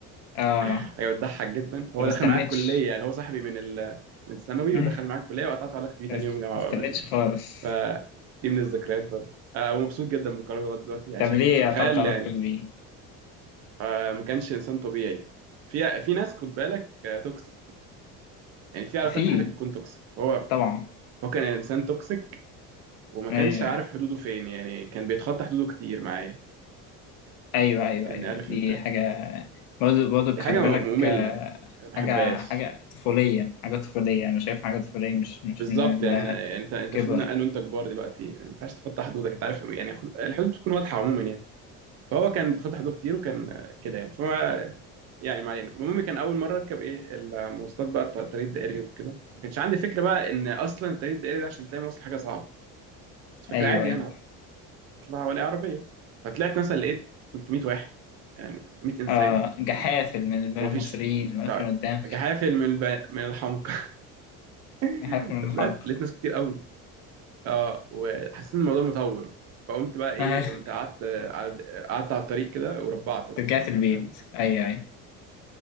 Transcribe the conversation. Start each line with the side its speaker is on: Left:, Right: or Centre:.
Left: اه
Right: حاجه
Left: انت
Right: بتضحك جدا هو
Left: ما استنيتش
Right: دخل معايا الكليه يعني هو صاحبي من ال من الثانوي
Left: <laughs> إيه،
Right: ودخل معايا الكليه وقطعت علاقتي بيه
Left: بس
Right: تاني يوم جامعه
Left: ما استنيتش
Right: بامانه يعني.
Left: خالص
Right: فدي من الذكريات برضه آه، ومبسوط جدا بالقرار لغايه دلوقتي يعني
Left: طب
Right: شايف
Left: ليه
Right: تخيل
Left: قطعت علاقتك
Right: يعني
Left: بيه؟
Right: آه، ما كانش انسان طبيعي في في ناس خد بالك آه، توكسيك يعني في علاقات
Left: في
Right: في حياتك بتكون توكسيك فهو
Left: طبعا
Right: هو كان انسان توكسيك وما
Left: ايوه
Right: كانش عارف حدوده فين يعني كان بيتخطى حدوده كتير معايا
Left: ايوه ايوه
Right: يعني
Left: ايوه
Right: عارف
Left: دي
Right: انت
Left: حاجة برضه برضه
Right: دي حاجه
Left: خلي بالك
Right: ممله
Left: آه،
Right: يعني، ما بحبهاش
Left: حاجة حاجة طفولية حاجة طفولية أنا شايف حاجة طفولية مش مش
Right: بالظبط
Left: من
Right: يعني إحنا- يعني انت
Left: الكبر
Right: انت المفروض انا انا وانت كبار دلوقتي يعني ما ينفعش تخطى حدودك انت عارف يعني خد- الحدود بتكون واضحه عموما يعني فهو كان بيتخطى حدوده كتير وكان آه، كده يعني فما يعني ما علينا المهم كان اول مره اركب ايه المواصلات بقى بتاع الطريق الدائري وكده ما كانش عندي فكره بقى ان اصلا الطريق الدائري ده عشان تلاقي مواصل حاجه صعبه كنت فاكر
Left: أيوه
Right: عادي
Left: أيوه
Right: انا هطلع ولا عربيه فطلعت مثلا لقيت 300 واحد يعني 300 انسان
Left: آه جحافل من
Right: ومفيش
Left: المصريين اللي واقفين
Right: شعب.
Left: قدامك
Right: جحافل من الب... من الحمق <laughs>
Left: جحافل من
Right: فطلعت
Left: الحلقة
Right: لقيت ناس كتير قوي اه وحسيت ان الموضوع مطول فقمت بقى ايه
Left: آه
Right: قمت قعدت قعد- قعدت على الطريق كده وربعت بقى
Left: رجعت البيت
Right: فاهم
Left: أيوه أيوه